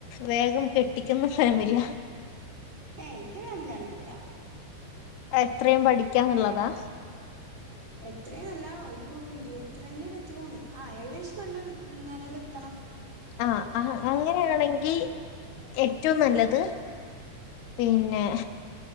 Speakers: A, on the left; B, on the right.
A: വേഗം കെ ട്ടിക്കുന്ന ഫാമിലിയാ
B: ഏയ് ഇന്റെ ഫാമിലി അങ്ങനല്ല
A: എത്രേം പഠിക്കാന്ന്ള്ളതാ
B: എത്രയുംന്നല്ല ഒരു ഇരുപത്തിരണ്ട് ഇരുപത്തിമൂന്ന് ആഹ് ഏകദേശം നല്ലൊരു നെലേലെ ത്തണം
A: ആഹ് ആഹ് അങ്ങനെയാണെങ്കി
B: വ്യക്തികൾക്കാണ്
A: ഏറ്റോം
B: ഏറ്റവും
A: നല്ലത് പിന്നെ